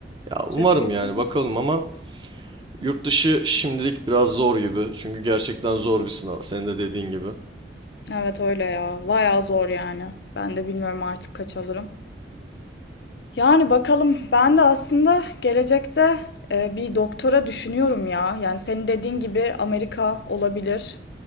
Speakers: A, on the right; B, on the left.
A: Ya umarım
B: Türkiye'de.
A: yani bakalım ama yurt dışı şimdilik biraz zor gibi. Çünkü gerçekten zor bir sınav. Senin de dediğin gibi.
B: Evet öyle ya. Bayağı zor yani. Ben de bilmiyorum artık kaç alırım. Yani bakalım ben de aslında gelecekte e, bir doktora düşünüyorum ya. Yani senin dediğin gibi Amerika olabilir.